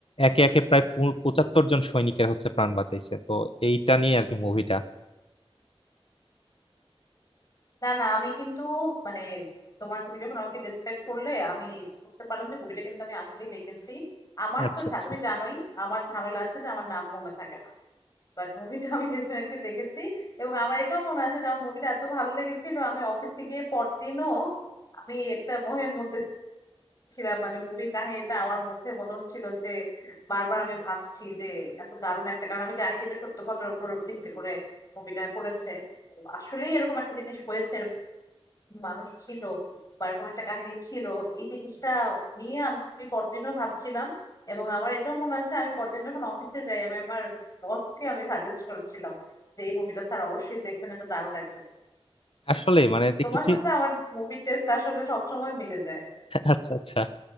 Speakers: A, on the left; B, on the left.
A: একে একে প্রায় পু- পঁচাত্তর জন সৈনিকের হচ্ছে প্রাণ বাঁচাইছে তো এইটা নিয়ে আর কি মুভিটা
B: না না আমি কিন্তু মানে তোমার তুমি যখন আমাকে ডিসক্রাইব করলে আমি বুঝতে পারলাম যে মুভিটা কিন্তু আমি আসলেই দেখেছি আমার
A: আচ্ছা
B: তো ঝা-
A: আচ্ছা
B: তুমি জানোই আমার ঝামেলা আছে যে আমার নাম মনে থাকে না বাট মুভিটা আমি ডেফিনেটলি দেখেছি এবং আমার এটাও মনে আছে যে আমার মুভিটা এত ভালো লেগেছিল আমি অফিসে গিয়ে পরদিনও আমি একটা মোহের মধ্যে ছিলাম মানে মুভির কাহিনীটা আমার মধ্যে মনে হচ্ছিল যে বারবার আমি ভাবছি যে এত দারুণ একটা কারণ আমি জানি যে এটা সত্য ঘটনার উপর ভিত্তি করে মুভিটা করেছে আসলেই এরকম একটা জিনিস হয়েছে মানুষ ছিল বা এরকম একটা কাহিনী ছিল এই জিনিসটা নিয়ে আমি পরদিনও ভাবছিলাম এবং আমার এটাও মনে আছে আমি পরদিন যখন অফিসে যাই আমি আমার বসকে আমি সাজেস্ট করেছিলাম যে এই মুভিটা স্যার অবশ্যই দেখবেন এটা দারুণ একদম
A: আসলে মানে
B: তোমার
A: একটু চি-
B: সাথে আমার মুভির টেস্ট আসলে সবসময় মিলে যায়
A: আচ্ছা আচ্ছা